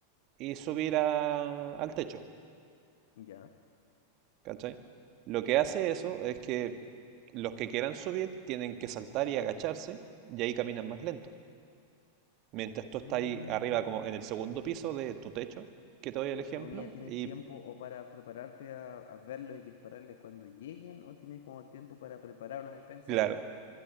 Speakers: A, on the right; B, on the left.
A: y subir a- al techo.
B: ya.
A: ¿Cachai? Lo que hace eso es que los que quieran subir tienen que saltar y agacharse y ahí caminan más lento. Mientras tú
B: Mm.
A: estás ahí arriba como en el segundo piso de tu techo, que te doy el
B: entre
A: ejemplo,
B: comillas, tienes
A: y
B: tiempo o para prepararte a, a verlos y dispararles cuando lleguen, o tienes como tiempo para preparar una defensa
A: claro,
B: extra.